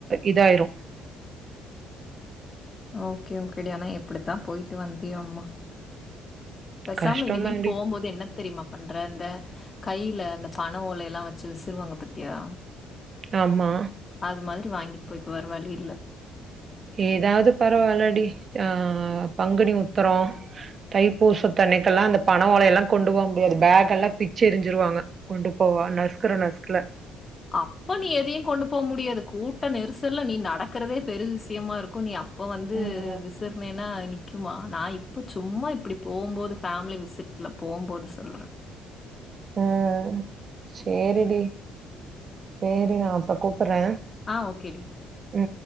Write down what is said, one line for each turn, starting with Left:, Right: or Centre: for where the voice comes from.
Right: இதாயிரு
Left: ஓகே ஓகே டி ஆனா எப்டித்தா போய்ட்டு வந்தியோம்மா பேசாம
Right: கஷ்டம்
Left: இனிமேல்
Right: தான்டி.
Left: போம்போது என்ன தெரிமா பண்ற இந்த கைல இந்த பன ஓலைல்லா வச்சு விசுருவாங்க பாத்தியா
Right: ஆமா
Left: அது மாதிரி வாங்கிட்டு போய்க்க வேற வழி இல்ல
Right: ஏதாவ்து பரவால்ல டி அ பங்குனி உத்தரோ தைப்பூச தண்ணிக்கெல்லா அந்த பண ஓலைய எல்லா கொண்டு போக முடியாது பேக் எல்லா பிச்சு எரிஞ்சிருவாங்க கொண்டு போவா நஸ்கற நஸ்கில
Left: அப்ப நீ எதையு கொண்டு போக முடியாது கூட்ட நெரிசல்ல நீ நடக்கிறதே பெரு விஷயமா இருக்கு நீ அப் இப்போ வந்து
Right: ம்.
Left: விஷ் துர்னேன்னா அது நிக்குமா நா இப்ப சும்மா இப்டி போம்போது ஃபேமிலி விசிட்ல போம்போது சொல்ற
Right: ம் சேரி டி சேரி நா அப்பறோ கூப்பிறே
Left: ஆ ஓகே டி
Right: ம்